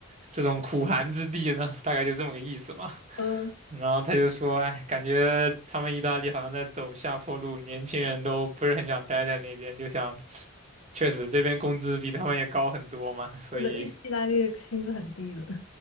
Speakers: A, on the right; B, on the left.
A: 这种苦寒之地呢？大概就这么个意思嘛。
B: 嗯，
A: 然后他就说，哎，感觉他们意大利好像在走下坡路，年轻人都不是很想待在那边，就想，确实这边工资比他们也高很多嘛，所以，
B: 是的，意意大利的薪资很低的。<laughs>